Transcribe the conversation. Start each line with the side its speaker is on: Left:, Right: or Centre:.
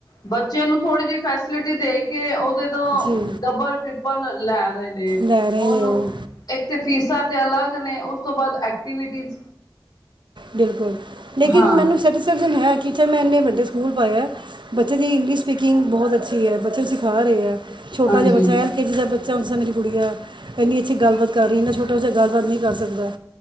Left: ਬੱਚੇ ਨੂੰ ਥੋੜ੍ਹੀ ਜਿਹੀ ਫੈਸਿਲਿਟੀ ਦੇ ਕੇ ਉਹਦੇ ਤੋ
Right: ਜੀ
Left: ਡਬਲ ਟਿੱਪਣ ਲੈ ਰਹੇ ਨੇ
Right: ਲੈ ਰਹੇ
Left: ਉਹਨੂੰ
Right: ਨੇ ਉਹ
Left: ਇੱਕ ਤੇ ਫੀਸਾਂ ਤੇ ਅਲੱਗ ਨੇ ਉਸ ਤੋਂ ਬਾਅਦ ਐਕਟੀਵਿਟੀਜ
Right: ਬਿਲਕੁਲ ਲੇਕਿਨ
Left: ਹਾਂ
Right: ਮੈਨੂੰ ਸੈਟਿਸਫੈਕਸ਼ਨ ਹੈ ਕਿ ਚੇ ਮੈਂ ਇੰਨੇ ਵੱਡੇ ਸਕੂਲ ਪਾਏਐ। ਬੱਚੇ ਦੀ ਇੰਗਲਿਸ਼ ਸਪੀਕਿੰਗ ਬਹੁਤ ਅੱਛੀ ਹੈ। ਬੱਚੇ ਨੂੰ ਸਿਖਾ ਰਹੇ ਹੈ ਛੋਟਾ
Left: ਹਾਂਜੀ
Right: ਜਿਹਾ ਬੱਚਾ ਹੈ ਕਿ ਜਿੱਦਾਂ ਬੱਚਾ ਹੁੰਦਾ ਮੇਰੀ ਕੁੜੀ ਐ, ਇੰਨੀ ਅੱਛੀ ਗੱਲਬਾਤ ਕਰ ਰਹੀ ਇੰਨਾ ਛੋਟਾ ਬੱਚਾ ਗੱਲਬਾਤ ਨਹੀਂ ਕਰ ਸਕਦਾ।